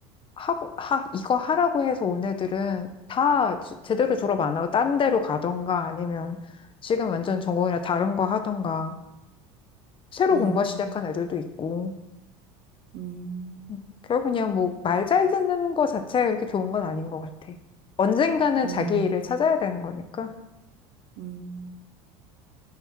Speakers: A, on the left (about 35°); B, on the right (about 60°).
A: 하고 하 이거 하라고 해서 온 애들은 다 지- 제대로 졸업 안 하고 딴 데로 가던가 아니면 지금 완전 전공이나 다른 거 하던가 새로
B: 음,
A: 공부 시작한 애들도 있고
B: 음,
A: 음, 결 그냥 뭐 말 잘 듣는 거 자체가 이렇게 좋은 건 아닌 것 같아. 언젠가는
B: 음,
A: 자기
B: 음.
A: 일을 찾아야 되는 거니까.
B: 음.